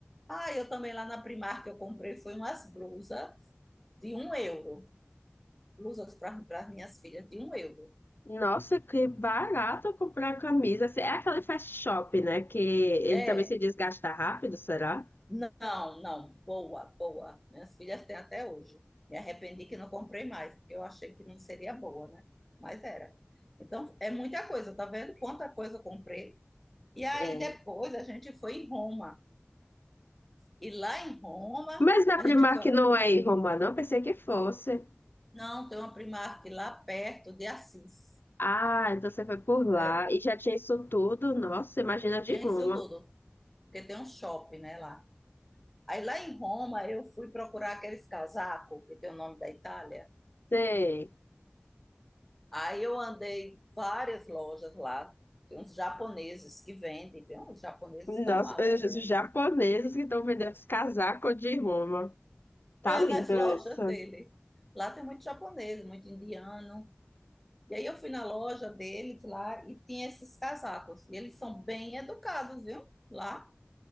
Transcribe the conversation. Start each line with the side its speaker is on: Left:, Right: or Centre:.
Centre: Ah, eu também lá na Primark eu comprei foi umas blusas de um euro. Blusas para as minhas filhas de um euro.
Left: Nossa, que barato comprar camisa. Assim, É aquele fast shop, né? Que ele
Centre: É,
Left: também se desgasta rápido, será?
Centre: Não, não, boa, boa. Minhas filhas têm até hoje. Me arrependi que não comprei mais, porque eu achei que não seria boa, né? Mas era. Então, é muita coisa, tá vendo quanta coisa eu comprei? E aí
Left: É.
Centre: depois a gente foi em Roma. E lá em Roma,
Left: Mas na
Centre: a
Left: Primark
Centre: gente foi.
Left: não é em Roma, não. Pensei que fosse.
Centre: Não, tem uma Primark lá perto de Assis.
Left: Ah, então você foi por lá
Centre: É,
Left: e já tinha isso tudo. Nossa, imagina de
Centre: tem
Left: Roma.
Centre: isso tudo, porque tem um shopping, né, lá. Aí lá em Roma eu fui procurar aqueles casacos que tem o nome da Itália.
Left: Sei.
Centre: Aí eu andei várias lojas lá, tem uns japoneses que vendem, tem uns japoneses
Left: Nossa,
Centre: que estão lá vendendo,
Left: os japoneses que estão vendendo os casacos de Roma. Tá
Centre: é,
Left: lindo
Centre: nas lojas
Left: isso.
Centre: dele. Lá tem muito japonês, muito indiano. E aí eu fui na loja deles lá e tinha esses casacos. E eles são bem educados, viu? Lá,